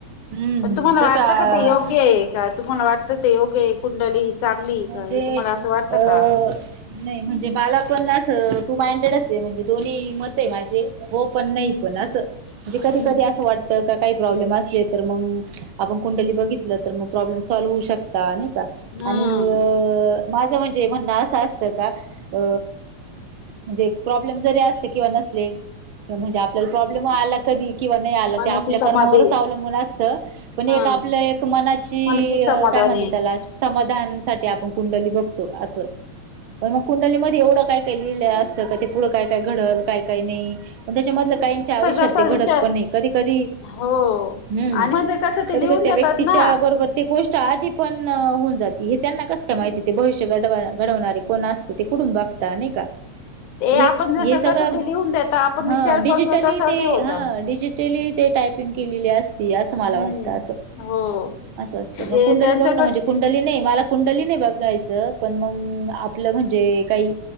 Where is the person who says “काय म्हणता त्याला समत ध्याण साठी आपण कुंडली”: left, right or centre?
Right